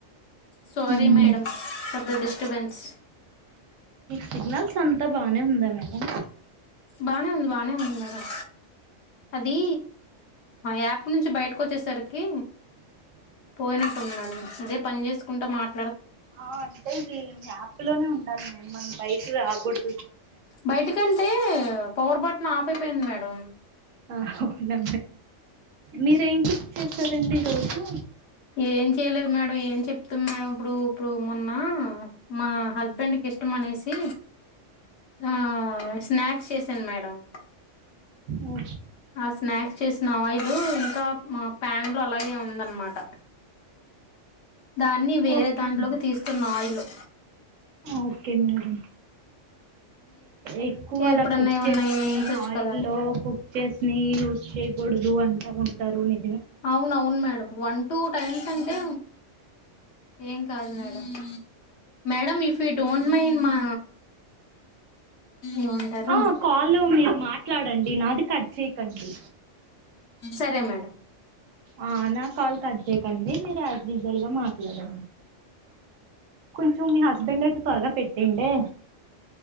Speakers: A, on the left; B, on the right.
A: sorry
B: hmm.
A: Madam for the disturbance
B: signals అంత బాగానే ఉందా మేడం
A: బానే ఉంది బాగానే ఉంది మేడం అది యాప్ నుంచి బయటకు వచ్చేసరికి పోయినట్టున్నాడు ఇదే పని చేేసుకుంటా మాట
B: ఆ అంటే ఇది యాప్ లోనే ఉండాలి మమ పైసు ఆ <unintelligible>
A: బయటకంటే పవర్ బటన్ ఆ అయిపోయింది మేడం
B: ఆ ఉవున్నా మీరు ఏంక చేస్తారండి ఈ రోజు
A: ఏం చేయలేదు మేడం ఏం చెప్తాం మేడం ఇప్పుడు ఇప్పుడు మొన్న మా హస్బెండ్ కి ఇష్టం అనేసి ఆ స్నాక్స్ చేసాను మేడం టం
B: ఓ
A: ఆ స్నాక్స్ చేసిన ఆవాయిలు ఇంకా మా ప్యాన్ లో అలాగే ఉందనమాట దాన్ని వేరే
B: ఓకే
A: దాంట్లోకి
B: మేడం
A: తీస్తున్న ఆయిలు
B: ఓకే మేడం ఎక్కువ అలా
A: ఎప్పుడన్నా
B: కుక్
A: ఏమన్నా
B: చేసిని
A: వేయించవచ్చు
B: ఆయిల్
A: కదాని
B: లో కుక్ చేసిని యూస్ చేయకూడదు అంటా ఉంటారు న
A: అవున అవును మేడం వన్ టు టైమ్స్ అంటే ఏం కాదు madam madam if you don't mind మా ఏమంటారు
B: ఆ కాల్లో మీరు మాట్లాడండి నాది క కండి
A: సరే మేడం
B: ఆ నా కాల కదు అంతేకండి మీరు యాజడిజల్ గా మాట్లాడండి. కొంచెం మీ హస్బెండ్ అయితే త్వరగా పెట్టేండే